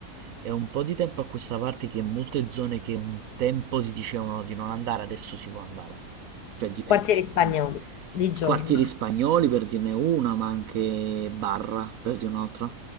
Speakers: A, on the right; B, on the left.
A: è un po' di tempo a questa parte che molte zone che un tempo si dicevano di non andare, adesso si può andare. Cioè dipende,
B: Quartieri spagnoli,
A: quindi
B: di giorno.
A: quartieri spagnoli per dirne una, ma anche Barra per dire un'altra,